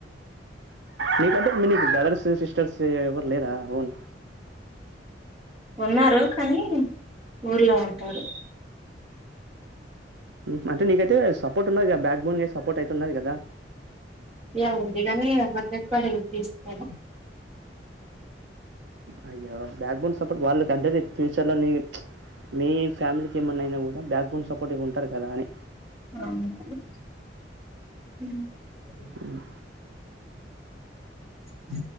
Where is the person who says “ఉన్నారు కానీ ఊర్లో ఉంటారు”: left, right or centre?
Right